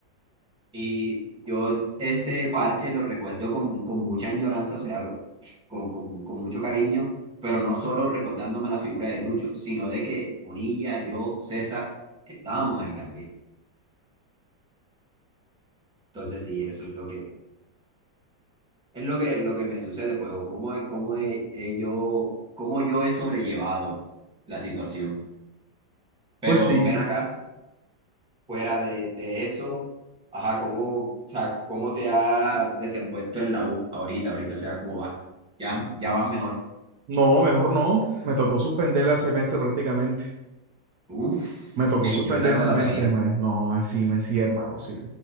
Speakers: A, in the centre; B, on the right (about 70°).
A: Y yo ese parche lo recuerdo con, con mucha añoranza, o sea, lo- con, con, con mucho cariño, pero no solo recordándome la figura de Lucho, sino de que Munilla, yo, César, estábamos ahí también. Entonces sí, eso es lo que... Es lo que, lo que me sucede, pues, o cómo, he- cómo, he- he yo, cómo yo he sobrellevado la situación. Pero
B: Pues sí,
A: ven acá, fuera de, de eso, ajá, cómo, o sea, cómo te has desenvuelto en la U ahorita, ahorita, o sea, cómo vas. Ya, ya vas mejor.
B: no, mejor no, me tocó suspender el semestre prácticamente.
A: Uf,
B: Me tocó
A: ey,
B: suspender
A: yo esa no
B: el
A: me
B: semestre,
A: la sabía.
B: más. No, más sí, me sí, hermano, sí.